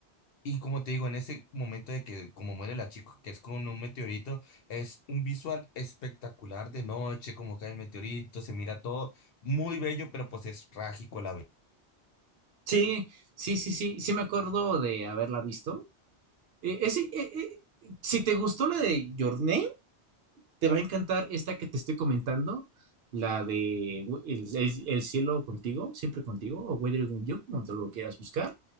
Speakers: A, on the left; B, on the right.
A: y como te digo, en ese momento de que como muere la chica, que es con un meteorito, es un visual espectacular de noche, como cae el meteorito, se mira todo muy bello, pero pues es trágico a la vez.
B: Sí, sí, sí, sí, sí me acuerdo de haberla visto. Eh, ese, eh, eh, eh, si te gustó la de Your Name, te va a encantar esta que te estoy comentando, la de El, el- el cielo contigo, siempre contigo, o Weathering with You, como te lo quieras buscar.